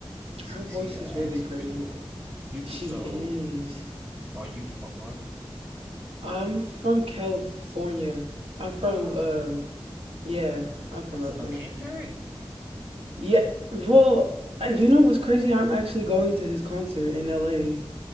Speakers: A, on the right; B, on the right.
A: She
B: Her voice
A: she uh,
B: is
A: and
B: really
A: she's
B: pretty.
A: beautiful. You
B: She
A: so
B: is.
A: are you from up north?
B: I'm from California. I'm from,
A: Oh,
B: um, uh, yeah, I'm from
A: so
B: out
A: no
B: there.
A: Kendrick?
B: Yeah. Well, uh, you know what's crazy? I'm actually going to his concert in LA